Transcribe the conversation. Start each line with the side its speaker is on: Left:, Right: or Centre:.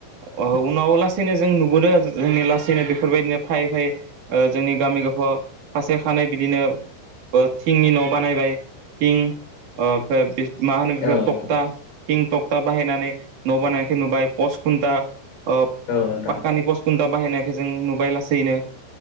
Right: उनाव लासैनो जों नुबोदों जोंनि लासैनो बेफोरबायदिनो फायै-फायै जोंनि गामि गफाव खासे खानै बिदिनो थिंनि न' बानायबाय थिं ओमफ्राय मा होनो बेफोर
Left: औ नोंथां
Right: थकता थिं थकथा बाहायनानै न' बानायखौ नुबाय पस खुन्था ओ
Left: औ नोंथां
Right: पाक्कानि पस खुनथा बाहायनायखो जों नुबाय लासैनो